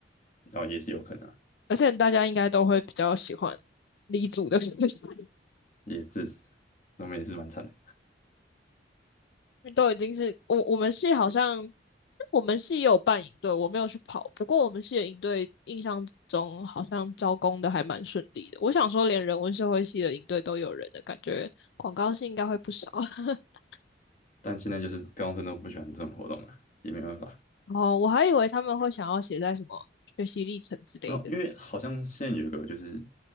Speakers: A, on the left; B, on the left.
A: 然后也是有可能啊
B: 而且大家应该都会比较喜欢理组的学生，<laughs> 因
A: 也是，我们也是蛮惨的。
B: 为都已经是我我们系好像我们系也有办营队，我没有去跑，不过我们系的营队印象中好像招工的还蛮顺利的。我想说，连人文社会系的营队都有人的感觉，广告系应该会不少。<laughs>
A: 但现在就是高中生都不喜欢这种活动了，也没办法。
B: 哦，我还以为他们会想要写在什么学习历程之类的。
A: 然后因为好像现在有一个就是，